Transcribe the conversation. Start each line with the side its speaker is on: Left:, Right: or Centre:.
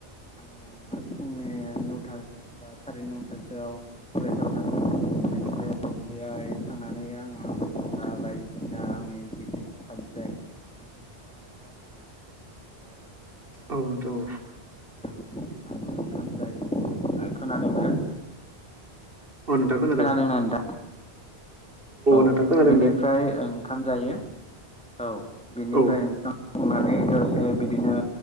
Centre: आङो फुंनि नौथा बा सारि नौथासोआव कलेजाव थाङो बेनिफ्राय
Right: आ <inaudible>
Centre: बेहाय थांनानै आङो बायदिसिना आंनि जिखि साबजेक्ट बेखिनिखौ आङो क्लास लायो। ओ लोगोसे
Right: औ
Centre: बेनिफ्राय
Right: नोंथां औ
Centre: फैनानै आङो आंङो ओंखाम जायो ओ खोनादोंना?
Right: अ नोंथां खोनादों।
Centre: खोनादोंना नोंथां औ
Right: नोंथां खोनादों
Centre: बेनिफ्राय
Right: दे
Centre: ओंखाम जायो। औ बिनिफ्राय
Right: औ
Centre: ओंखाम संनानै दसे बिदिनो